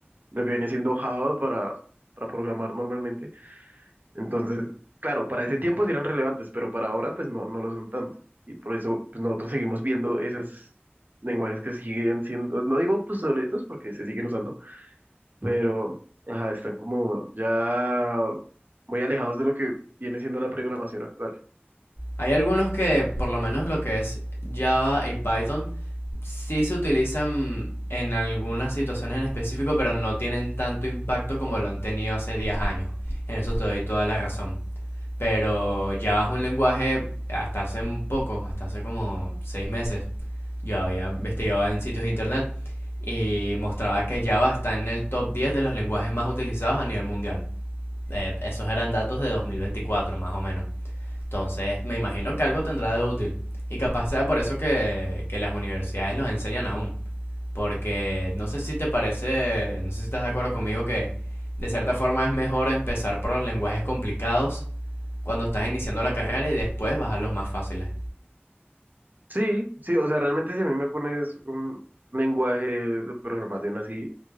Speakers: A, on the right; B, on the left.
A: de lo que viene siendo Java para, para programar normalmente. Entonces, claro, para ese tiempo sí eran relevantes, pero para ahora pues no, no lo son tanto. Y por eso pues nosotros seguimos viendo esos lenguajes que siguen siendo, no digo pues obsoletos porque se siguen usando, pero ajá, están como ya muy alejados de lo que viene siendo la programación actual.
B: Hay algunos que, por lo menos lo que es Java y Python, sí se utilizan en algunas situaciones en específico, pero no tienen tanto impacto como lo han tenido hace 10 años. En eso te doy toda la razón. Pero Java es un lenguaje hasta hace un poco, hasta hace como 6 meses. Yo había investigado en sitios de internet y mostraba que Java está en el top 10 de los lenguajes más utilizados a nivel mundial. Eh, esos eran datos de 2024, más o menos. Entonces, me imagino que algo tendrá de útil. Y capaz sea por eso que, que las universidades los enseñan aún. Porque no sé si te parece, no sé si estás de acuerdo conmigo que de cierta forma es mejor empezar por los lenguajes complicados cuando estás iniciando la carrera y después bajar los más fáciles.
A: Sí, sí, o sea, realmente si a mí me pones un lenguaje de programación así